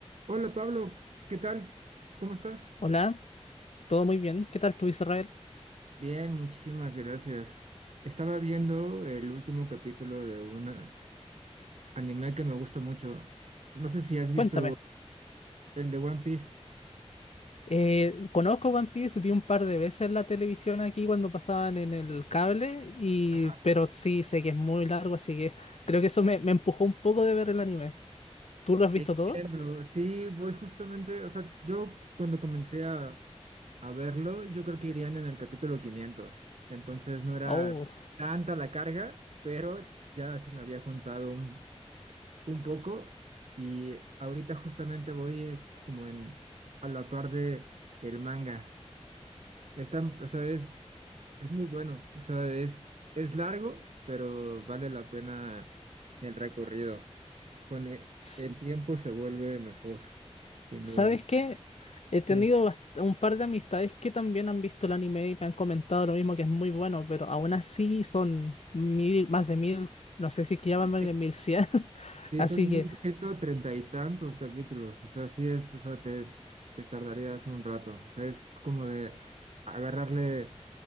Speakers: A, on the right; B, on the left.
A: Hola Pablo, ¿qué tal? ¿Cómo estás?
B: Hola, todo muy bien. ¿Qué tal tú, Israel?
A: Bien, muchísimas gracias. Estaba viendo el último capítulo de un anime que me gusta mucho. No sé si has visto
B: Cuéntame.
A: el de One Piece.
B: Eh, conozco One Piece, vi un par de veces la televisión aquí cuando pasaban en el cable, y...
A: Ajá.
B: pero sí sé que es muy largo, así que creo que eso me, me empujó un poco de ver el anime. ¿Tú lo has visto
A: Entiendo,
B: todo?
A: sí, voy justamente, o sea, yo cuando comencé a, a verlo, yo creo que irían en el capítulo 500. entonces no era
B: Oh,
A: tanta la carga, pero ya se me había juntado un un poco y ahorita justamente voy eh, como en a la par de el manga. Está, o sea, es, es muy bueno, o sea, es, es largo, pero vale la pena el recorrido. Con e-
B: s-
A: el, tiempo se vuelve mejor, sin
B: ¿sabes
A: duda.
B: qué? He
A: Sí,
B: tenido bast- un par de amistades que también han visto el anime y me han comentado lo mismo, que es muy bueno, pero aún así son mil, más de mil, no sé si que llaman
A: sí,
B: mil cien, <laughs>
A: sí,
B: así
A: son 1130
B: que,
A: y tantos capítulos, o sea, sí es, o sea, te, te tardarías un rato, o sea, es como de agarrarle